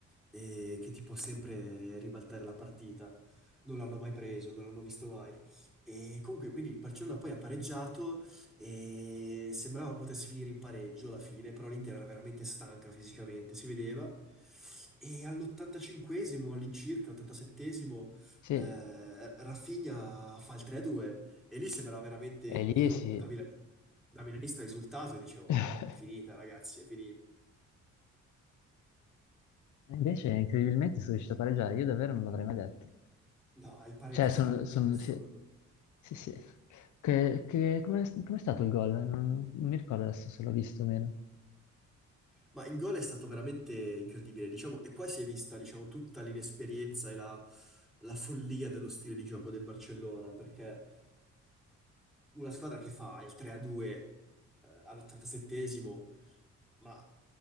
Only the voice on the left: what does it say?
Sì,
e
lì
sì.
<laughs>
Invece incredibilmente sono riuscito a pareggiare, io davvero non l'avrei mai detto.
Cioè, sono...
sono-
sì, sì. sì. Che, che, com'è com'è stato il gol? Non, non mi ricordo adesso se l'ho visto o meno.